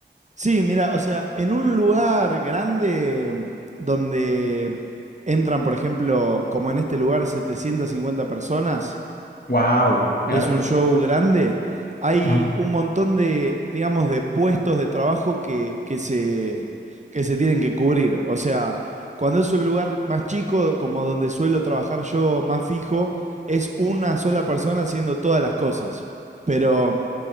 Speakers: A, on the right; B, on the left.
A: Sí, mira, o sea, en un lugar grande donde entran, por ejemplo, como en este lugar, 750 personas,
B: Wow, es
A: Es
B: harto.
A: un show grande. Hay
B: Ajá.
A: un montón de, digamos, de puestos de trabajo que, que se, que se tienen que cubrir. O sea, cuando es un lugar más chico, como donde suelo trabajar yo más fijo, es una sola persona haciendo todas las cosas. Pero